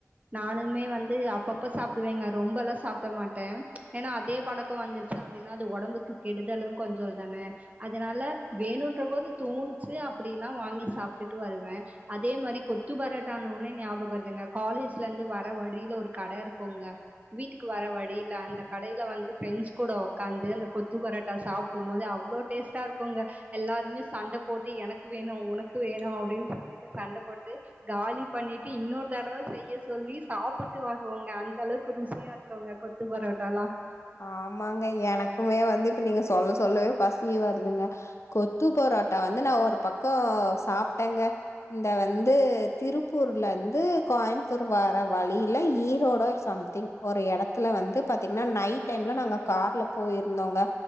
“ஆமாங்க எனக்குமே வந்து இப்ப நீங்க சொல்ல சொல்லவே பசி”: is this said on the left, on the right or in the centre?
Left